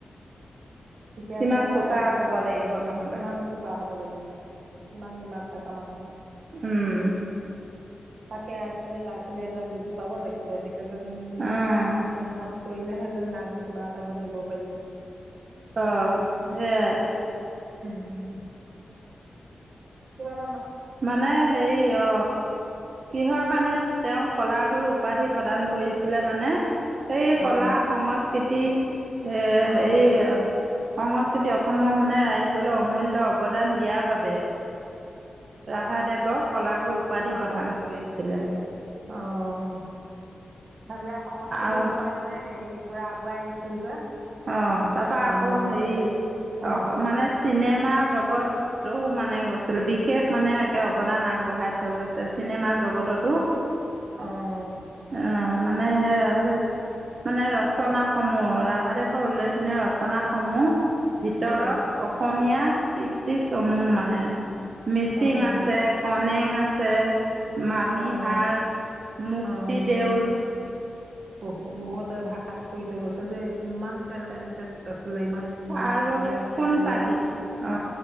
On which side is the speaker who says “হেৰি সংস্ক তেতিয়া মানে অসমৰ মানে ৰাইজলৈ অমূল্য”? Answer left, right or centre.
Right